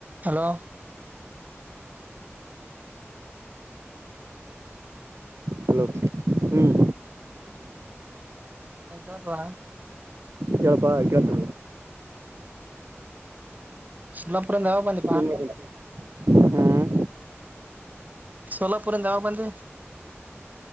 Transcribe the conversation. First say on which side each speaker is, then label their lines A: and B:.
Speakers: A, on the right; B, on the right.
A: Hello
B: hello ಹ್ಮ್
A: ನ್ ಕೇಳತದ
B: ಕೇಳ್ಪಾ ಕೇಳ್ತ
A: ಸಲ್ಲಪುರ ಯಾವಗ ಬಂದ
B: ಹ್ಮ್
A: ಸೋಲಾಪುರಂದ ಯಾವ ಬಂದಿ